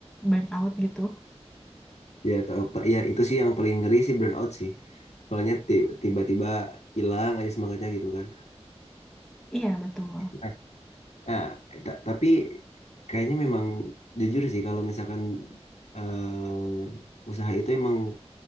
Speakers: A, in the centre; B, on the left.
A: Burn out gitu.
B: Ya, tau, Pak. ya itu sih yang paling ngeri sih burnout sih. Soalnya ti- tiba-tiba hilang aja semangatnya gitu kan.
A: Iya, betul.
B: Nah, nah, ta- tapi kayaknya memang jujur sih kalau misalkan eh, usaha itu emang